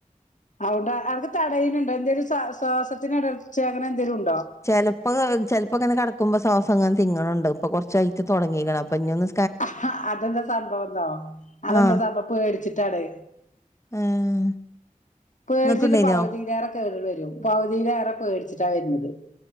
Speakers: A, on the left; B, on the left.
A: അവിട അവർക്ക് തടയിലുണ്ടോ എന്തേലും സ്വാ സ്വാസത്തിന് എടർച്ച അങ്ങനെ എന്തേലും ഉ
B: ചെലപ്പൊ ചെലപ്പോക്കെ ഇങ്ങനെ കെട ഇപ്പോ ശ്വാസങ്ങനെ തിങ്ങണണ്ട് ഇപ്പൊ കൊറച്ചായിറ്റ് തുടങ്ങിക്ക്ണ് അപ്പൊ ഇഞ്ഞൊന്ന്
A: ഹ ഹ അതെന്താ സംഭവമ്ന്നൊ, അതെന്താ
B: ആഹ്
A: സംഭവം പേട്ച്ച്ട്ടാണ്.
B: ഏഹ്
A: പേടിച്ചിട്ട്
B: ഇങ്ങക്ക്ണ്ടേനോ
A: പകുതീലേറെ കേറി വരും പകുതീലേറെ പേട്ച്ച്ട്ടാ വരുന്നത്.